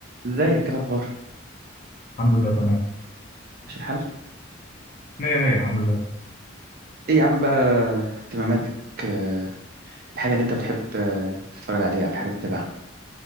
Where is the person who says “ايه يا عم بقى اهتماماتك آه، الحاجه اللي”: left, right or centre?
Right